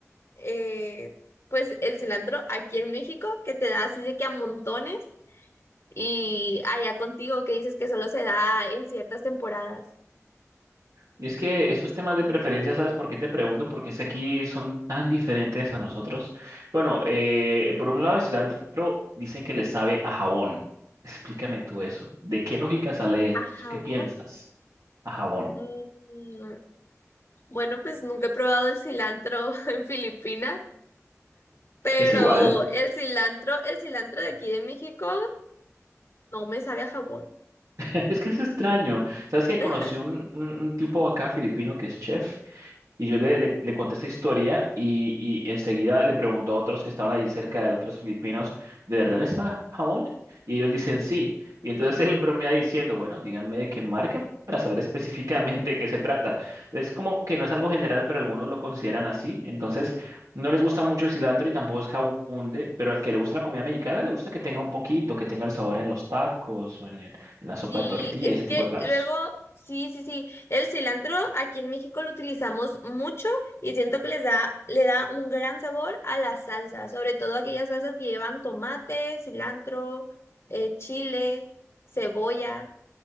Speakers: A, on the left; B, on the right.
A: eh, pues el cilantro aquí en México, que te da así de que a montones, y allá contigo que dices que solo se da en ciertas temporadas.
B: Y es que esos temas de preferencia, ¿sabes por qué te pregunto? Porque es que aquí son tan diferentes a nosotros. Bueno, eh, por un lado el cilantro dicen que le sabe a jabón. Explícame tú eso. ¿De qué lógica sale
A: A
B: eso?
A: jabón.
B: ¿Qué piensas? A jabón.
A: mm, bueno, pues nunca he probado el cilantro <laughs> en Filipinas, pero
B: Es igual.
A: el cilantro, el cilantro de aquí de México no me sabe a jabón.
B: <laughs> Es que es extraño. ¿Sabes que
A: <laughs>
B: conocí un, un un tipo acá filipino que es chef? Y yo le, le, le conté esta historia y, y enseguida le preguntó a otros que estaban allí cerca de él, otros filipinos, ¿de verdad les da jabón? Y ellos dicen sí. Y entonces él bromea diciendo, bueno, díganme de qué marca para saber específicamente de qué se trata. Es como que no es algo general, pero algunos lo consideran así. Entonces, no les gusta mucho el cilantro y tampoco es que abunde, pero al que le gusta la comida mexicana le gusta que tenga un poquito, que tenga el sabor en los tacos o en el, en la sopa
A: Sí,
B: de tortilla
A: es
B: y ese
A: que
B: tipo de platos.
A: luego, sí, sí, sí, el cilantro aquí en México lo utilizamos mucho y siento que les da, le da un gran sabor a la salsa, sobre todo aquellas salsas que llevan tomate, cilantro, eh, chile, cebolla.